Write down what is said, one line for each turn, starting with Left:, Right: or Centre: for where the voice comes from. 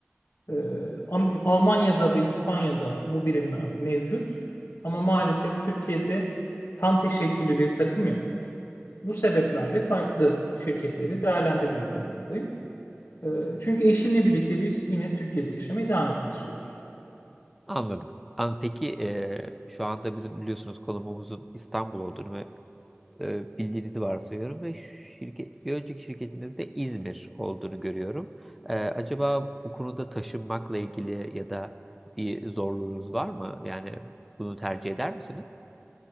Left: Ee, Am- Almanya'da ve İspanya'da bu birimler mevcut. Ama maalesef Türkiye'de tam teşekküllü bir takım yok. Bu sebeplerle farklı şirketleri değerlendirmek durumundayım. Ee, Çünkü eşimle birlikte biz yine Türkiye'de yaşamaya devam etmek istiyoruz.
Centre: Anladım. An- Peki e, şu anda bizim biliyorsunuz konumumuzun İstanbul olduğunu ve e, bildiğinizi varsayıyorum ve şirket, bir önceki şirketinizde İzmir olduğunu görüyorum. E, acaba bu konuda taşınmakla ilgili ya da bir zorluğunuz var mı? Yani bunu tercih eder misiniz?